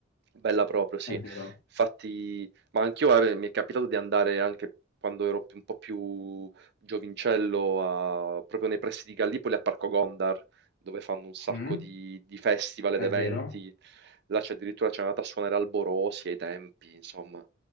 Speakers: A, on the right; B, on the left.
A: Bella proprio, sì.
B: È vero.
A: Infatti... Ma anch'io, guarda, mi è capitato di andare anche quando ero più- un po' più giovincello, a- proprio nei pressi di Gallipoli, a Parco Gondar, dove fanno un sacco
B: Mm?
A: di, di festival
B: È
A: ed eventi.
B: vero?
A: Là c'è addirittura c'è andata a suonare Alborosi ai tempi, insomma.